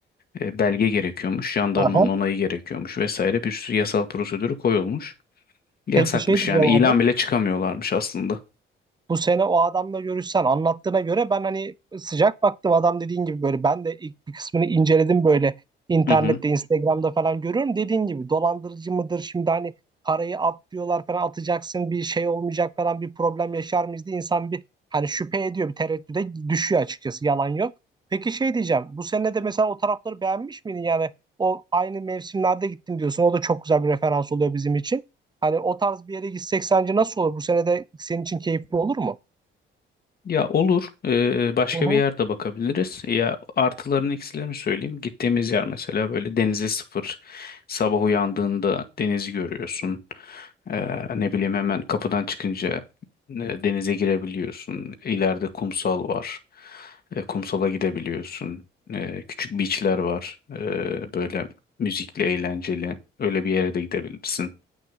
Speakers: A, on the left (about 50°); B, on the right (about 20°).
A: eh, belge gerekiyormuş. Jandarmanın
B: Aha.
A: onayı gerekiyormuş vesaire bir sürü yasal prosedürü koyulmuş. Yasakmış
B: Peki şey diyeceğim
A: yani. İlan
B: abi.
A: bile çıkamıyorlarmış aslında.
B: Bu sene o adamla görüşsen anlattığına göre ben hani sıcak baktım adam dediğin gibi böyle ben de ilk bir kısmını inceledim böyle internette
A: Hı hı.
B: Instagram'da falan görüyorum dediğin gibi dolandırıcı mıdır şimdi hani parayı at diyorlar falan atacaksın bir şey olmayacak falan bir problem yaşar mıyız diye insan bir hani şüphe ediyor bir tereddüde düşüyor açıkçası yalan yok. Peki şey diyeceğim bu sene de mesela o tarafları beğenmiş miydin yani o aynı mevsimlerde gittim diyorsun o da çok güzel bir referans oluyor bizim için. Hani o tarz bir yere gitsek sence nasıl olur? Bu sene de senin için keyifli olur mu?
A: Ya olur. Ee, başka
B: Hı hı.
A: bir yerde bakabiliriz. Ya artılarını eksilerini söyleyeyim. Gittiğimiz yer mesela böyle denize sıfır. Sabah uyandığında denizi görüyorsun. Ee, ne bileyim hemen kapıdan çıkınca e, denize girebiliyorsun. İleride kumsal var. E, kumsala gidebiliyorsun. E, küçük beachler var. E, böyle müzikli, eğlenceli. Öyle bir yere de gidebilirsin.